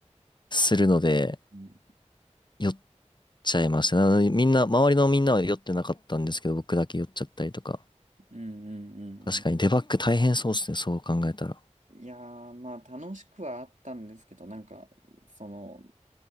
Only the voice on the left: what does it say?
するので、
酔っちゃいました。なのでみんな、周りのみんなは酔ってなかったんですけど、僕だけ酔っちゃったりとか。
確かにデバッグ大変そうですね、
そう考えたら。